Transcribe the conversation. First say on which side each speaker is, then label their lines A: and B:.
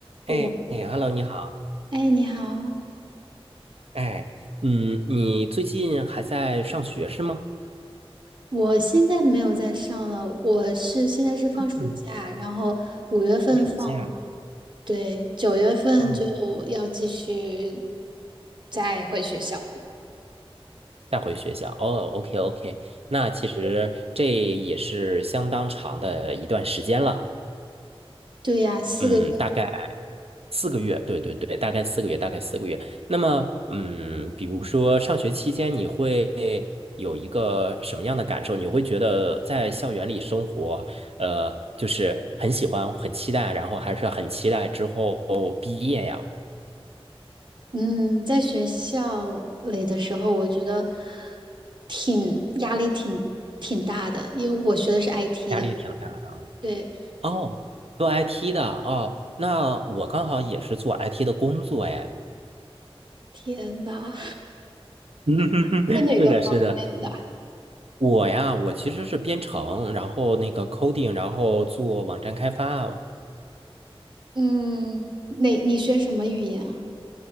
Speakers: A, on the right; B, on the right.
A: 我，
B: 哎 h e l l o 你好。
A: 哎，你好，
B: 哎，嗯，你最近还在上学是吗？
A: 我现在没有在上了，我是现在是放暑假，
B: 嗯，
A: 然后五月份放，
B: 在暑假。
A: 对，九月份就要继续
B: 哦，
A: 再回学校。
B: 再回学校。哦，OK OK，那其实这也是相当长的一段时间了。
A: 对呀，四个月，
B: 嗯，大概四个月，对对对，大概四个月，大概四个月。那么，嗯，比如说上学期间，你会有一个什么样的感受？你会觉得在校园里生活，呃，就是很喜欢、很期待，然后还是很期待之后毕业呀，
A: 嗯，在学校里的时候，我觉得挺压力挺挺大的，因为我学的是 IT
B: 压力挺大的。
A: 的，对，
B: 哦，做 IT 的哦，那我刚好也是做 IT 的工作哎。
A: 天呐，
B: <laughs>
A: <laughs> 做哪个方面的？
B: 是的，是的，我呀，我其实是编程，然后那个 coding，然后做网站开发。
A: 嗯，哪，你学什么语言啊？